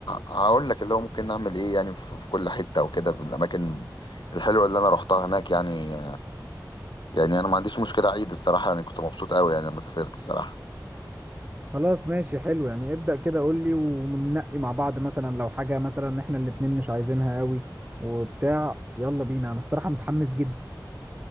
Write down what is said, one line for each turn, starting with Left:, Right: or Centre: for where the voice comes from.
Left: هقول لك اللي هو ممكن نعمل ايه يعني في في كل حته وكده في الاماكن الحلوه اللي انا روحتها هناك يعني يعني انا ما عنديش مشكله عيد الصراحه يعني كنت مبسوط قوي يعني لما سافرت الصراحه
Right: خلاص ماشي حلو يعني ابدأ كده قول لي وننقي مع بعض مثلا لو حاجة مثلا احنا الاتنين مش عايزينها قوي وبتاع يلا بينا انا الصراحة متحمس جدا